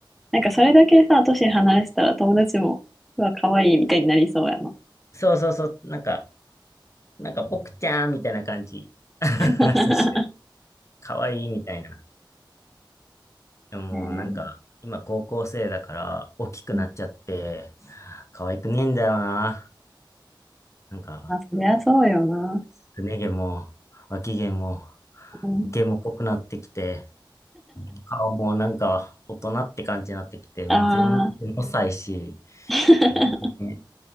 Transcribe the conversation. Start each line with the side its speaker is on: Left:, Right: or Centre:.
Centre: なんかそれだけさ、年離したら友達も、うわ、可愛いみたいになりそうやな。
Left: そうそうそう、なんか、なんか、ポクちゃんみたいな感じ。<laughs>
Centre: <laughs>
Left: そして、かわいいみたいな。でもうなんか、
Centre: ね
Left: 今高校生だから大きくなっちゃって、
Centre: え、うん
Left: 可愛くねえんだよな。なんか、
Centre: まあ、そりゃそうよな。
Left: すね毛も、脇毛も、
Centre: うん、
Left: 毛も濃くなってきて、顔もなんか大人って感じになってきて、
Centre: ああ、
Left: もう全然ごさいし、
Centre: <laughs>
Left: 本当にね